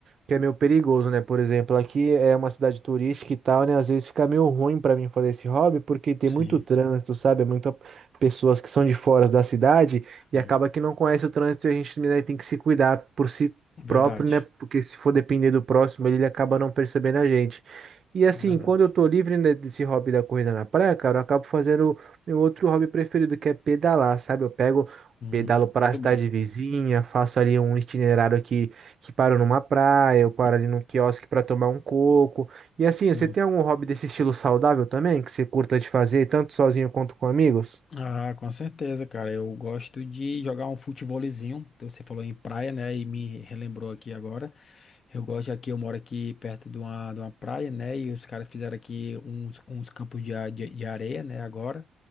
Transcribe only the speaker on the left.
sim,
sim.
Verdade.
É verdade.
Hum,
muito
bom.
Sim,
sim.
Ah, com certeza, cara. Eu gosto de jogar um futevôlezinho. Então, Você falou em praia, né? E me relembrou aqui agora. Eu gosto aqui, eu moro aqui perto de uma, de uma praia, né? E os caras fizeram aqui uns, uns campos de, a- de, de areia, né? Agora.